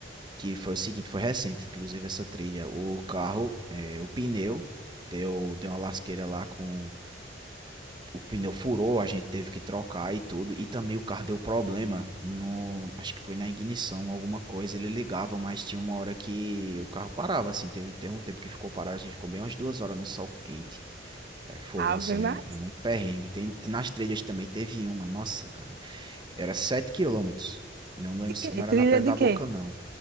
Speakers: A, on the right; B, on the right.
A: que foi o seguinte, foi recente, inclusive, essa trilha. O carro, é, o pneu, deu, deu uma lasqueira lá com o pneu furou, a gente teve que trocar e tudo. E também o carro deu problema no, acho que foi na ignição, alguma coisa. Ele ligava, mas tinha uma hora que o carro parava, assim. Teve, teve um tempo que ficou parado, a gente ficou bem umas duas horas no sol quente. É fogo,
B: Ave
A: assim,
B: Maria.
A: é, é muito perrengue. Tem, nas trilhas também teve uma, nossa, cara. Era 7 quilômetros. Não lembro,
B: De
A: se-
B: quê?
A: não era
B: Trilha
A: na Pedra da
B: de
A: Boca,
B: quê?
A: não.